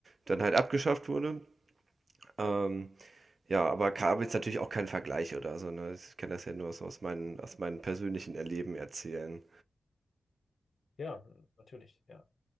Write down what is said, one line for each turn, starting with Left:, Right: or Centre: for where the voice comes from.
Right: dann halt abgeschafft wurde. Ähm, ja, aber ka- habe jetzt natürlich auch kein Vergleich oder so. Ne? Ich kann das ja nur so aus, meinen, aus meinen persönlichen Erleben erzählen.
Left: Ja, natürlich, ja.